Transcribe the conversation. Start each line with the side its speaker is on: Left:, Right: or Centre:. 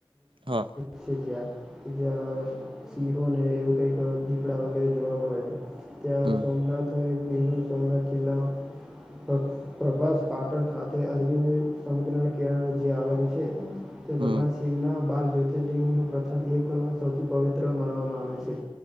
Right: હા
Centre: છે જ્યાં જ્યાં સિંહોને એવું કઈક દીપડા વગેરે જોવા મળે છે ત્યાં
Right: હમ
Centre: સોમનાથ હો ગીર‌ જંગલ માં સોમનાથ જિલ્લામાં પ્રભાસ પાટણ ખાતે અરબી સમુદ્રના કિરાણે જે આવેલું છે તે ભગવાન
Right: હમ
Centre: શિવના બાર જ્યોતિલ પ્રથમ એક સૌથી પવિત્ર માનવામાં આવે છે